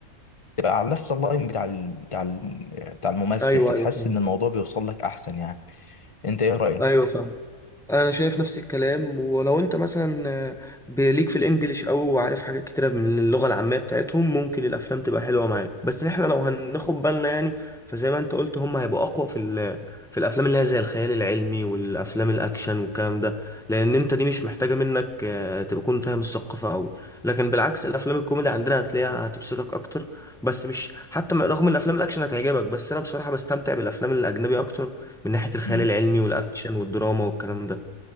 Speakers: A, on the left; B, in the centre.
A: تبقى على نفس اللاين بتاع ال... بتاع ال... بتاع الممثل
B: ايوه
A: فتحس
B: ايوه فاهم
A: ان الموضوع بيوصل لك احسن يعني انت ايه رايك
B: ايوه فاهم انا شايف نفس الكلام ولو انت مثلا آه، بليك في الانجليش او عارف حاجات كتيره من اللغه العاميه بتاعتهم ممكن الافلام تبقى حلوه معاك بس احنا لو هناخد بالنا يعني فزي ما انت قلت هم هيبقوا اقوى في ال- في الافلام اللي هي زي الخيال العلمي والافلام الاكشن والكلام ده لان انت دي مش محتاجه منك آه، تبقى تكون فاهم الثقافه قوي لكن بالعكس الافلام الكوميدي عندنا هتلاقيها هتبسطك اكتر بس مش حتى م- رغم ان الافلام الاكشن هتعجبك بس انا بصراحه بستمتع بالافلام الاجنبي اكتر من ناحيه الخيال
A: امم
B: العلمي والاكشن والدراما والكلام ده